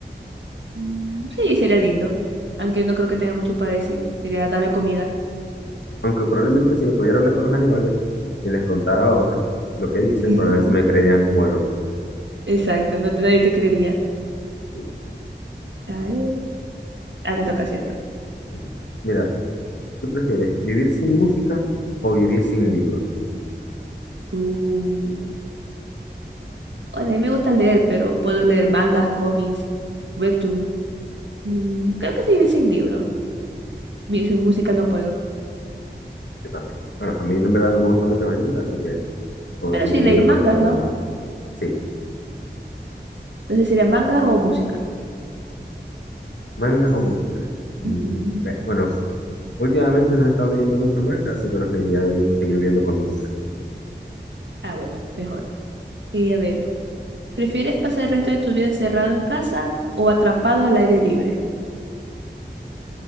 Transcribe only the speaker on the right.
Mm, Sí, sería lindo. Aunque no creo que tenga mucho para decir. Sería dame comida.
<laughs>
Exacto, no te, nadie te creería.
A ver, ah, te toca, ¿cierto?
Mm, bueno, a mí me gusta leer, pero puedo leer mangas, cómics, webtoon. Mm, creo que se vive sin libros. Mi- Sin música no puedo.
Pero
si
leí mangas,
¿no?
Entonces sería mangas o música.
Ujú.
Ah, bueno, mejor. Y a ver, ¿prefieres pasar el resto de tu vida encerrado en casa o atrapado al aire libre?